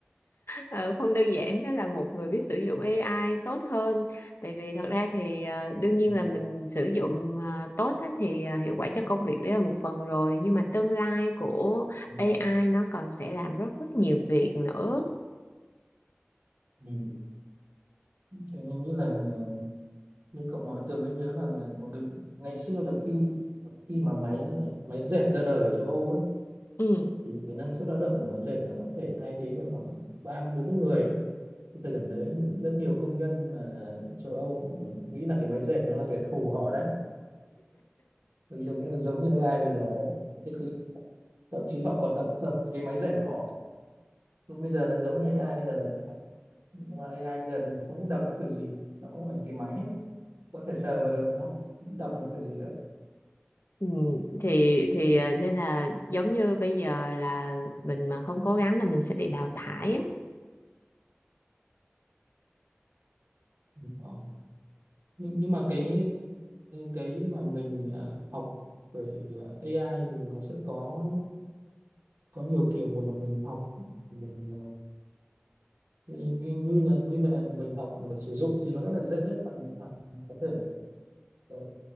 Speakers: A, on the left; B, on the right.
A: ờ, không đơn giản đó là một người biết sử dụng AI tốt hơn tại vì thật ra thì ờ, đương nhiên
B: Ừ.
A: là mình sử dụng ờ, tốt á, thì ờ, hiệu quả cho công việc đấy là một phần rồi nhưng mà tương lai của
B: Ừ.
A: AI nó còn sẽ làm rất rất nhiều việc nữa
B: Ừ. Thế nhưng nghĩ là ờ, như cậu nói tôi mới nhớ là ngày- một cái ngày xưa là khi khi mà máy máy dệt ra đời ở châu Âu ấy
A: ừ
B: thì cái năng suất lao động của máy dệt nó có thể thay thế được khoảng ba bốn mươi người ấy. Cái thời điểm đấy rất nhiều công nhân mà châu Âu nghĩ là cái máy dệt nó là kẻ thù họ đấy giống như giống như AI bây giờ đấy Thế Thì thậm chí họ còn đập đập cái máy dệt của họ Còn bây giờ là giống như AI bây giờ mà AI bây giờ thì không biết đập nó kiểu gì nó không phải là cái máy có thể sờ vào được đúng không đập nó kiểu gì được
A: Ừ, thì thì à, nên là giống như bây giờ là mình mà không cố gắng là mình sẽ bị đào thải á.
B: Ờ. nhưng nhưng mà cái cái mà mình à, học về à, AI thì nó sẽ có có nhiều kiểu một là mình học mình như, như như là như là mình học mà được sử dụng thì nó rất là dễ bạn mình học mình có thể ờ,